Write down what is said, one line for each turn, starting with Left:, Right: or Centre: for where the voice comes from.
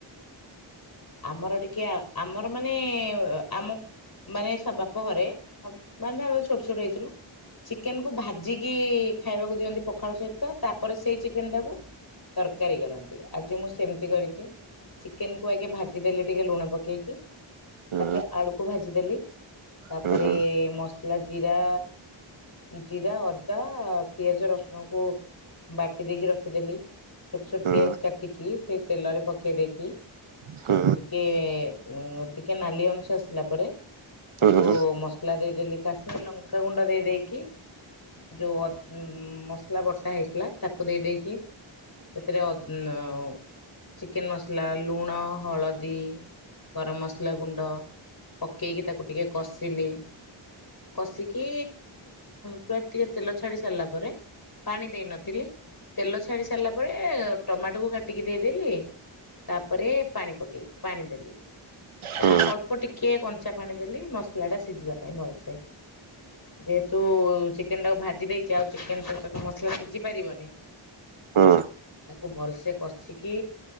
Left: ଆମର ଟିକେ ଆମର ମାନେ ଆମ ମାନେ ସବୁ ବାପ ଘରେ ମାନେ ଆମେ ଛୋଟ ଛୋଟ ହେଇଥିଲୁ। ଚିକେନକୁ ଭାଜିକି ଖାଇବାକୁ ଦିଅନ୍ତି ପଖାଳ ସହିତ ତାପରେ ସେଇ ଚିକେନଟାକୁ ତରକାରୀ କରନ୍ତି ଆଜି ମୁଁ ସେମିତି କରିଛି ଚିକେନକୁ ଆଗେ ଭାଜି ଇଏ ଦେଲେ ଟିକେ ଲୁଣ ପକେଇକି
Right: ହୁଁ
Left: ତାପରେ ଆଳୁକୁ ଭାଜିଦେଲି। ତାପରେ
Right: ହୁଁ ହୁଁ
Left: ମସ ଖିଲା ଜିରା, ଜିରା, ଅଦା, ପିଆଜ ରସୁଣକୁ ବାଟିଦେଇକି ରଖିଦେଲି, ଛୋଟ ଛୋଟ
Right: ହୁଁ
Left: ପିଆଜ କାଟିକି ସେଇ ତେଲରେ ପକେଇଦେଇକି
Right: ହୁଁ
Left: ତାକୁ ଟିକେ ଉଁ ଟିକେ ନାଲି ଅଂଶ ଆସିଲା ପରେ
Right: ହୁଁ
Left: ତାକୁ
Right: ହୁଁ ହୁଁ ହୁଁ
Left: ମସ ସଲା ଦେଇଦେଲି। କାଶ୍ମୀର ଲଙ୍କା ଗୁଣ୍ଡ ଦେଇ ଦେଇଦେଇକି ଯୋଉ ଅଦ ଉଁ ମସଲା ବଟା ହେଇଥିଲା ତାକୁ ଦେଇଦେଇକି ସେଥିରେ ଅଦ ଉଁ ଚିକେନ ମସଲା, ଲୁଣ ହଳଦୀ, ଗରମ ମସଲା ଗୁଣ୍ଡ ପକେଇକି ତାକୁ ଟିକେ କଷିଲି, କଷିକି ପୁରା ଟିକେ ତେଲ ଛାଡ଼ି ସାରିଲା ପରେ ପାଣି ଦେଇନଥିଲି। ତେଲ ଛାଡି ସାରିଲା ପରେ ଟମାଟୋକୁ କାଟିକି ଦେଇଦେଲି। ତାପରେ ପାଣି ପକେଇ ପାଣି ଦେଲି।
Right: ହୁଁ
Left: ହାଁ ଅଳ୍ପ ଟିକେ କଞ୍ଚା ପାଣି ଦେଲି ମସଲା ଟା ସିଝିବା ପାଇଁ ଭଲସେ। ଯେହେତୁ ଚିକେନ ଟାକୁ ଭାଜି ଦେଇଚେ ଆଉ ଚିକେନ ସହିତ ତ ମସଲା ସିଝିପାରିବନି। <inaudible>
Right: ହୁଁ।
Left: ତାକୁ ଭଲସେ କଷିକି